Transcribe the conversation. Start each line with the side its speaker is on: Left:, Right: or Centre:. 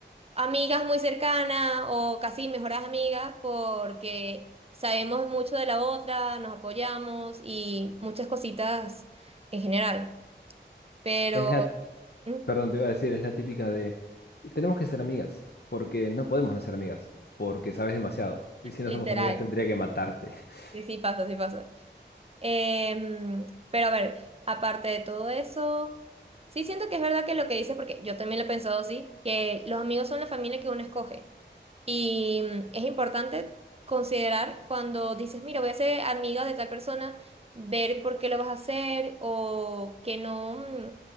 Right: amigas muy cercanas o casi mejoras amigas porque sabemos mucho de la otra, nos apoyamos y muchas cositas en general. Pero,
Left: Es la,
Right: mm,
Left: perdón, te iba a decir, es la típica de, tenemos que ser amigas, porque no podemos no ser amigas, porque sabes demasiado. Y si no
Right: literal,
Left: somos amigas, tendría que matarte. <laughs>
Right: sí, sí pasa, sí pasa. Em, pero a ver, aparte de todo eso, sí siento que es verdad que lo que dices, porque yo también lo he pensado así, que los amigos son la familia que uno escoge. Y mm, es importante considerar cuando dices, mira, voy a ser amiga de tal persona, ver por qué lo vas a hacer o que no mm,